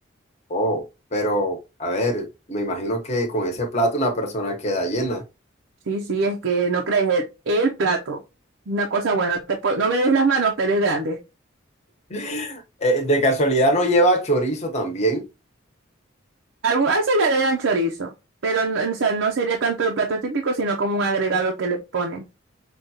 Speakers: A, on the left; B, on the right.
A: Oh, pero a ver, me imagino que con ese plato una persona queda llena.
B: Sí, sí, es que no crees, el, el plato, una cosa buena, te po- no me des las manos, pero es grande.
A: <laughs> Eh, de casualidad no lleva chorizo también.
B: Algo, a veces le agregan chorizo, pero no, o sea, no sería tanto el plato típico, sino como un agregado que le ponen.